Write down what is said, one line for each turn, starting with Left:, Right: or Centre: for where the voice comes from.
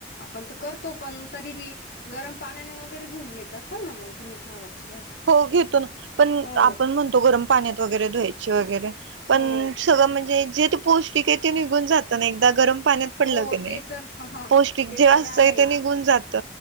Left: आपण तर करतो पण तरी बी गरम पाण्याने वगैरे धुऊन घेत असाल ना मग तुम्ही फ्लॉवरची भाजी
Right: हो घेतो ना पण
Left: हो
Right: आपण म्हणतो गरम पाण्यात वगैरे धुवायची वगैरे पण
Left: हो
Right: सगळं म्हणजे जे ते पौष्टिक आहे ते निघून जात पण एकदा गरम पाण्यात पडलं
Left: हो
Right: की नाही
Left: ते तर ह
Right: पौष्टिक
Left: ते
Right: जे
Left: तर
Right: असतंय
Left: आहेच
Right: ते निघून जात